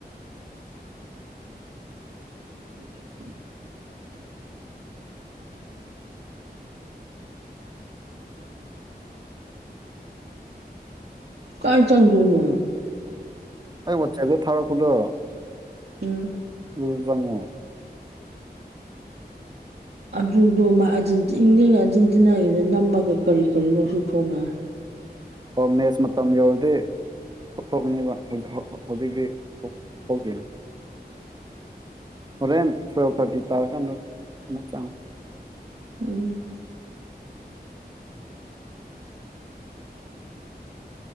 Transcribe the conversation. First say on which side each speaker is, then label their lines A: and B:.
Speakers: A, on the right; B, on the right.
A: <inaudible> ꯀꯥꯏ ꯆꯪꯗꯣꯅꯣ
B: ꯑꯩ ꯋꯥꯆꯦꯞꯇꯥ ꯊꯥꯔꯛꯄꯗꯣ
A: ꯎꯝ
B: ꯑꯗꯨꯗ ꯆꯪꯉꯣ
A: ꯑꯗꯨꯗꯣ ꯃꯥ ꯑꯖꯦꯟꯇꯤ ꯢꯪꯂꯦꯟꯒ ꯑꯔꯖꯦꯟꯇꯤꯅꯥꯒꯤꯗ ꯅꯝꯃꯒ ꯀꯔꯤ ꯀꯔꯤꯅꯣ ꯁꯨ ꯊꯣꯛꯂꯛꯑꯦ
B: ꯑꯣ ꯃꯦꯁ ꯃꯇꯝ ꯌꯧꯔꯗꯤ ꯊꯣꯛ ꯊꯣꯛꯀꯅꯦꯕ ꯍꯧꯖꯤꯛ ꯍꯩ ꯍꯧꯖꯤꯛꯇꯤ ꯊꯣꯛꯇꯦꯅ ꯍꯣꯔꯦꯟ ꯇꯨꯌꯦꯜꯞ ꯊꯔꯇꯤ ꯇꯥꯔꯀꯥꯟꯗ ꯑꯃꯨꯛ ꯆꯪꯉꯣ
A: ꯎꯝ